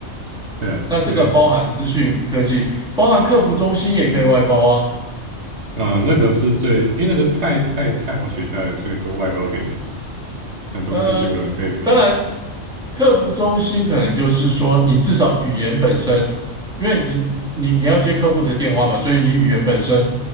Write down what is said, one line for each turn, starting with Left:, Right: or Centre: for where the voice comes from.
Right: 对啊，
Centre: 那这个包含资讯科技，
Right: 因为。
Centre: 包含客服中心也可以外包啊。
Right: 嗯，那个是最，因为那个太太太好取代了，所以都外包给很多印度人、
Centre: 呃，
Right: 菲律宾人。
Centre: 当然，客服中心可能就是说，你至少语言本身，因为你你你要接客户的电话嘛，所以你语言本身